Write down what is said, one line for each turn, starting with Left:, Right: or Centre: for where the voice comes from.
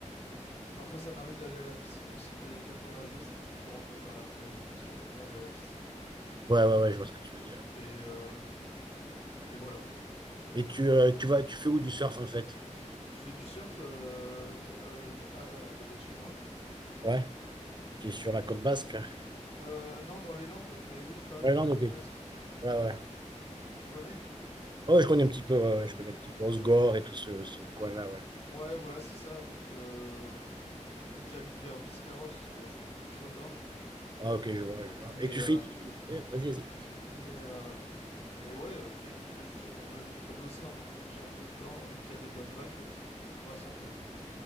Left: parfois, ça m'arrive d'aller à la piscine aussi, mais pas pour nager, c'est plus pour emmener ma, ma fille, parce qu'elle aime bien aller à la piscine.
Right: ouais, ouais, ouais, je vois ce que tu veux dire.
Left: Et, euh, et voilà.
Right: Et tu, euh, tu vas, tu fais où du surf, en fait?
Left: Je fais du surf euh, de- euh, à, à côté de chez moi.
Right: Ouais. qui est sur la côte basque. hein.
Left: Euh, non, dans les Landes, mais oui, pas loin
Right: Ouais,
Left: de
Right: non,
Left: la côte
Right: ok. Ouais,
Left: basque.
Right: ouais.
Left: Tu connais?
Right: Ouais, je connais un petit peu, ouais, ouais, je connais un petit peu Osgore et tout ce, ce coin-là, ouais.
Left: Ouais, voilà, c'est ça. Donc, euh, donc j'habite vers Biscarrosse, tu vois, c'est un peu plus au nord.
Right: Ah, ok, je vois, je vois.
Left: Mais,
Right: Et tu
Left: euh,
Right: fais. Ouais, Vas-y, vas-y.
Left: mais, euh, mais ouais, euh, dès que j'- on- j'habite près de l'océan, donc dès que j'ai un peu de temps et qu'il y a des bonnes vagues, euh, on va surfer.